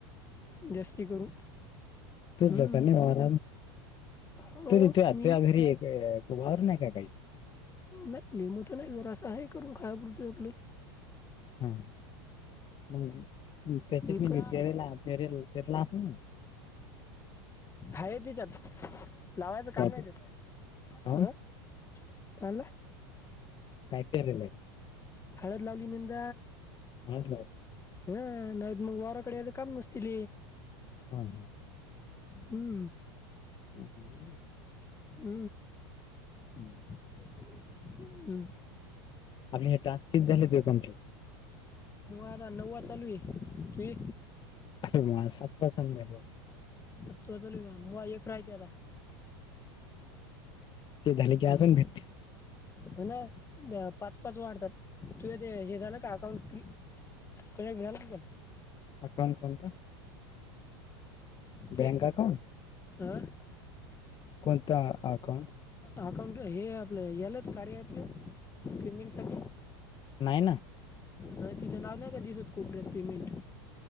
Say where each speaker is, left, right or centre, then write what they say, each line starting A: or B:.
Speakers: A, on the left (about 20°); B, on the left (about 35°).
A: जास्ती करून
B: तूच
A: हम्म,
B: जात नाही मार
A: हो
B: तु तू
A: मी
B: तू घरी एक त ववर नाही काही
A: नाही लले मोठं नाही जरा अस हे करून खायपुरतं आपले
B: हा. मग त्याच्यातनी
A: एक
B: बी पेरेला पेरेल पेरला असेल ना
A: ह तिच्यात लावायचं काम
B: काय
A: नाही त्यात
B: काऊन
A: अं कालं
B: कायतरलंय
A: हळद लावलीनंद
B: हलं
A: हह नाही मग वाराकडे याच का मसतील
B: ह ह
A: हम
B: ह
A: अ
B: हम्म
A: हम्
B: आपले हे टास्कीच झालेच पण
A: आ नववा चालू आहे तु
B: अर मला सत्पसंद रा
A: सत् तू चलू मुग एक राहती आता
B: ते झाले
A: हम्म
B: की अजून भेट
A: हो ना पाच पाच वाढतात तु ते हे झालं का अकाउंट क को भणालन
B: अकाउंट कोत
A: ते
B: बँक अकाउंट
A: अ
B: कोणतां अकाउंट
A: अकाउंट हे आपलं यालाच कार्य आपलं पेमेंट सा
B: नाही ना
A: ह तिथं नाव नाही का दिसत कोपऱ्यात पेमेंट